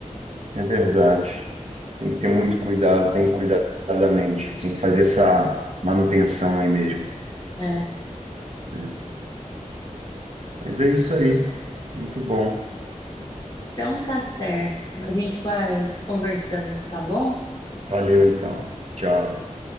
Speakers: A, on the right (about 55°); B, on the left (about 35°).
A: É verdade. Tem que ter muito cuidado, tem que cuidar da mente, tem que fazer essa manutenção aí mesmo,
B: É.
A: né? Mas é isso aí. Muito bom.
B: Então tá certo. A gente vai conversando, tá bom?
A: Valeu então. Tchau.